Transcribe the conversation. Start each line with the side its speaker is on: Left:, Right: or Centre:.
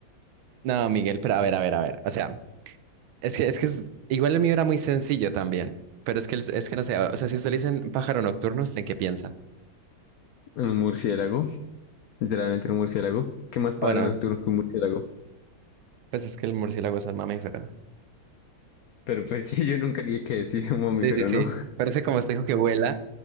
Right: No, Miguel, pero a ver, a ver, a ver. O sea. Es que, es que es- igual el mío era muy sencillo también, pero es que, el- es que no sé, o sea, si usted le dicen pájaro nocturno, ¿usted en qué piensa?
Left: un murciélago, literalmente un murciélago. ¿Qué más pájaro
Right: Bueno,
Left: nocturno que un murciélago?
Right: pues es que el murciélago es un mamífero.
Left: Pero pues <laughs> sí, yo nunca le dije que decir un mamífero,
Right: Sí, sí, sí,
Left: ¿no?
Right: pero es que como usted dijo que vuela,